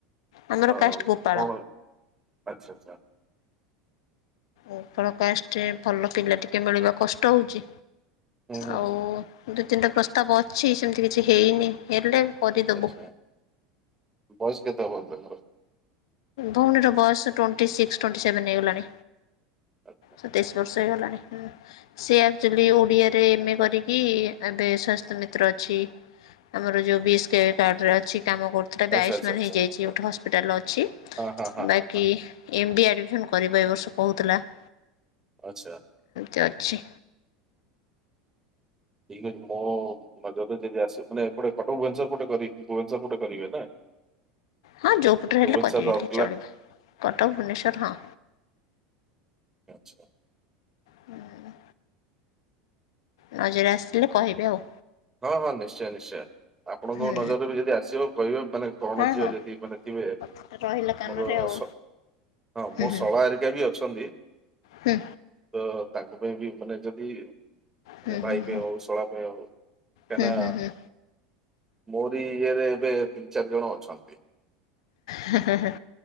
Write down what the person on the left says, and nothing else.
ଆମର
କାଷ୍ଟ ଗୋପାଳ।
ଆପଣ କାଷ୍ଟରେ ଭଲ ପିଲା ଟିକେ ମିଳିବା କଷ୍ଟ ହେଉଛି
ଆଉ ଦୁଇ ତିନିଟା ପ୍ରସ୍ତାବ ଅଛି ସେମିତି କିଛି ହେଇନି ହେଲେ କରିଦେବୁ।
ଭଉଣୀର ବୟସ ଟ୍ୱେଣ୍ଟି ସିକ୍ସ ଟ୍ବେଣ୍ଟି ସେଭେନ ହେଇଗଲାଣି
ସତେଇଶ ବର୍ଷ ହୋଇଗଲାଣି ସେ ଆକ୍ଚୁଲି ଓଡିଆରେ ଏମ ଏ କରିକି ଏବେ ସ୍ୱସ୍ଥ୍ୟ ମିତ୍ର ଅଛି ବି ଆମର ଯୋଉ ବିସ୍ କେ କାର୍ଡରେ ଅଛି । କାମ କରୁଥିଲା
ଆୟୁଷ୍ମାନ
ହେଇଯାଇଛି
ଗୋଟେ ହସ୍ପିଟାଲ ଅଛି
ବାକି
ଏମ୍ ବି ଆଡିମିଶନ କରିବା ଏ ବର୍ଷ କହୁଥିଲା ।
ଚାଛି
ହଁ ଯୋପଟରେ ହେଲେ
କରିିବି
ଚଳିବ କଟକ ଭୁବନେଶର ହଁ
ହୁଁ ନଜର ଆସିଥିଲେ କହିବେ ଆଉ
ହୁଁ
ହଁ
ହଁ।
କଥାଟା ରହିଲା କାନରେ
ଆଉ
ହୁଁ
ହୁଁ।
ହୁଁ
ହୁଁ
ହୁଁ ହୁଁ
ହୁଁ ହୁଁ ହୁଁ
ହେଁ ହେଁ